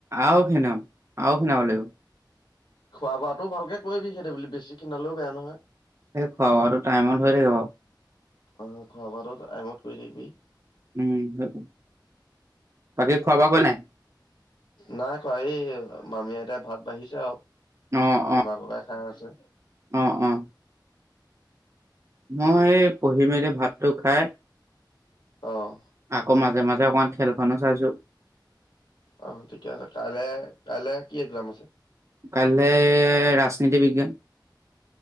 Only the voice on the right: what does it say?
আও খণা আও ক্ষণাব লাগিব
সেই খুৱাব আৰু টাইমত হৈ থাকিব।
উম সেইটো বাকী খোৱা বোৱাকৰিলি নাই।
অ অ
অ অ মই পঢ়ি মেলি যে ভাতটো খাই
আকৌ মাজে মাজে অকমান খেলখনো চাইছো।
কাললৈ ৰাজনীতি বিজ্ঞান।